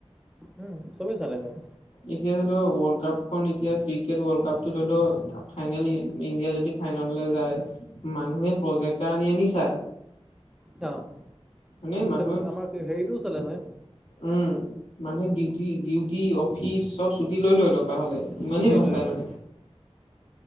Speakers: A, in the centre; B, on the left.
A: উম, চবেই চালে হয়।
B: এতিয়া ধৰি লও ৱৰ্ল্ড কাপ খ এতিয়া ক্ৰিকেট ৱৰ্ল্ড কাপটো ধৰি লও ফাইনেল ইণ্ডিয়া যদি ফাইনেললৈ যায় মানুহে প্ৰজেক্ট এটা আনি আনি চায়।
A: অ'
B: মানে মানুহে
A: ত আমাৰ হেৰিটোও চালে হয়
B: উম, মানুহে ডিউটি, ডিউটি অফিচ চব ছুটি লৈ লয়টো। থকা হ'লে ইমানেই
A: চুটি
B: ভাল
A: লৈ
B: পায়
A: লৈ।
B: মানে।